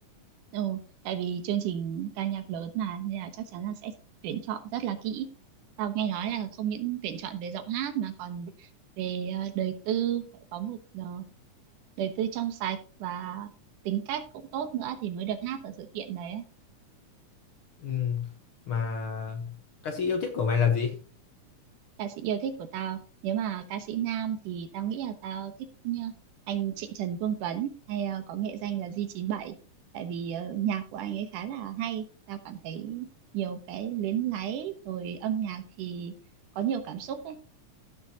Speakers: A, on the right; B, on the left.
A: ừ, tại vì chương trình ca nhạc lớn mà nên là chắc chắn là sẽ tuyển chọn rất là kỹ tao nghe nói là không những tuyển chọn về giọng hát mà còn về ờ, đời tư phải có một ờ, đời tư trong sạch và tính cách cũng tốt nữa thì mới được hát ở sự kiện đấy
B: Ừm, Mà ca sĩ yêu thích của mày là gì?
A: ca sĩ yêu thích của tao nếu mà ca sĩ nam thì tao nghĩ là tao thích nhá, anh Trịnh Trần Vương Tuấn hay ờ, có nghệ danh là G97 tại vì ờ, nhạc của anh ấy khá là hay tao cảm thấy nhiều cái luyến láy rồi âm nhạc thì có nhiều cảm xúc ấy